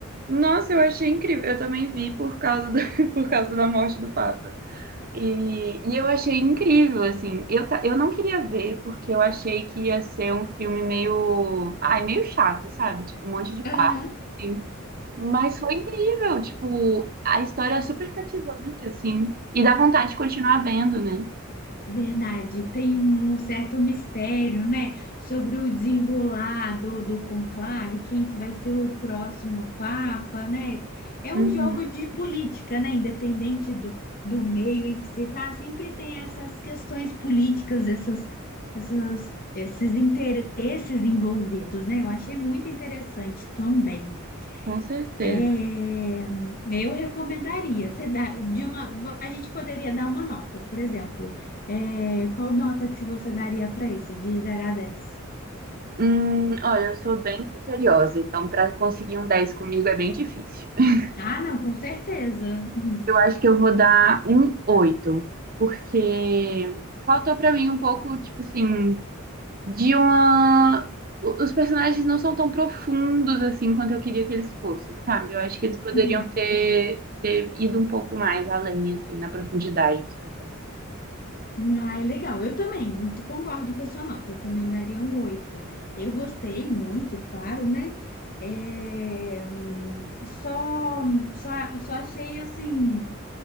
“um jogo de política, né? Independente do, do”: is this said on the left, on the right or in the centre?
Left